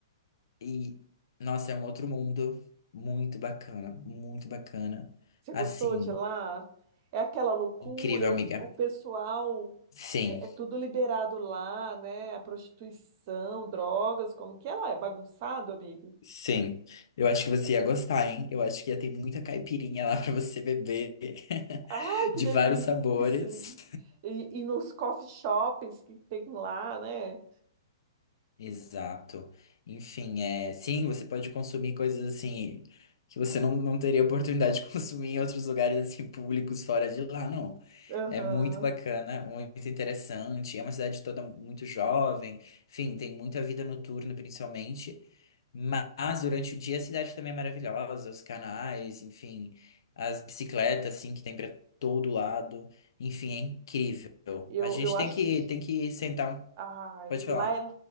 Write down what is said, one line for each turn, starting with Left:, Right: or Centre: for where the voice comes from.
Left: e, nossa, é um outro mundo muito bacana, muito bacana.
Right: Você
Left: Assim,
Right: gostou de lá? É aquela loucura,
Left: incrível, amiga.
Right: o, o pessoal
Left: Sim,
Right: é, é tudo liberado lá, né? A prostituição, drogas, como que é lá? É bagunçado, amigo?
Left: sim. Eu acho que você ia gostar, hein? Eu acho que ia ter muita caipirinha lá <laughs> pra você beber, <laughs>
Right: Ai, que
Left: de
Right: delícia!
Left: vários sabores.
Right: E, e nos coffee shops que tem lá, né?
Left: Exato. Enfim, é, sim, você pode consumir coisas assim que você não, não teria oportunidade de <laughs> consumir em outros lugares assim públicos fora de lá, não.
Right: Aham.
Left: É muito bacana, muito interessante. É uma cidade toda muito jovem. Enfim, tem muita vida noturna, principalmente. Mas durante o dia a cidade também é maravilhosa, os canais, enfim, as bicicletas assim que tem para todo lado. Enfim, é incrível.
Right: Eu,
Left: A gente
Right: eu acho.
Left: tem que tem que sentar, um-
Right: Ai,
Left: pode
Right: lá
Left: falar.
Right: é,